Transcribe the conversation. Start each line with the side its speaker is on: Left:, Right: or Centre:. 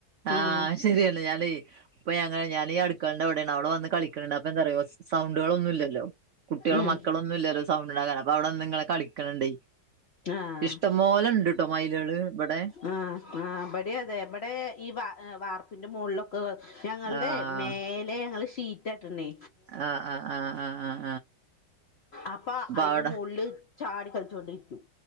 Right: ആ
Left: ആഹ്
Right: ശരിയാണ് ഞാനേയ് പ്പ ഞങ്ങളെ ഞാനീ അടുക്കളന്റെ അവടെൺ അവട വന്ന് കളിക്ക്ണ്‌ണ്ട് അപ്പൊ എന്താറിയോ സൗണ്ടുകളൊന്നുല്ലല്ലോ കുട്ടികളും
Left: ഉം
Right: മക്കളും ഒന്നും ഇല്ലല്ലോ സൗണ്ട് ഉണ്ടാക്കാൻ അപ്പൊ അവിടെന്ന് ഇങ്ങനെ കളിക്ക്ണ് ണ്ടെ
Left: ആഹ്
Right: ഇഷ്ടം പോലെ ഉണ്ട് ട്ടോ മൈലേള് ഇവടെ
Left: ആ ആ ഇബടെം അതെ ഇബടെ ഈ വ വാർപ്പിന്റെ മോളിലൊ ഞങ്ങൾ
Right: ആഹ്
Left: ടെ മേലെ ഞങ്ങള് ഷീറ്റാട്ട് ണേ
Right: ആ ആ ആ ആ ആ
Left: അപ്പ അയിന്റെ
Right: അവിടെ
Left: മോള്ല് ചാടി കളിച്ചോണ്ടിരിക്കും